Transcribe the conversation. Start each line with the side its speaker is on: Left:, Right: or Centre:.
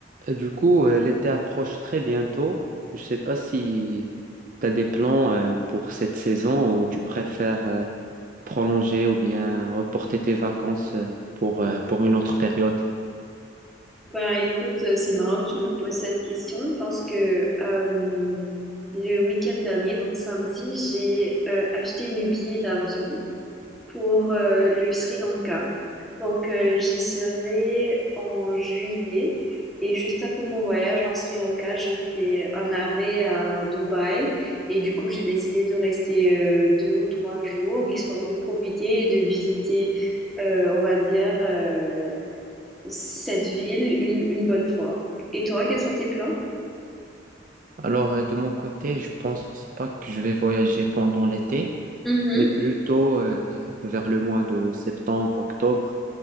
Right: Et du coup, euh, l'été approche très bientôt. Je ne sais pas si tu as des plans euh, pour cette saison ou tu préfères euh, prolonger ou bien reporter tes vacances euh, pour, euh, pour une autre période.
Centre: Bah écoute, euh, c'est marrant que tu me poses cette question parce que euh, le week-end dernier, donc samedi, j'ai euh, acheté mes billets d'avion pour euh, le Sri Lanka. Donc, euh, j'y serai en juillet. Et juste après mon voyage en Sri Lanka, je fais un arrêt à Dubaï. Et du coup, j'ai décidé de rester euh, deux ou trois jours, histoire de profiter et de visiter, euh, on va dire, euh, cette ville une, une bonne fois. Et toi, quels sont tes plans?
Right: Alors, euh, de mon côté, je pense pas que je vais voyager pendant l'été,
Centre: Mhm,
Right: mais plutôt euh, vers le mois de septembre, octobre,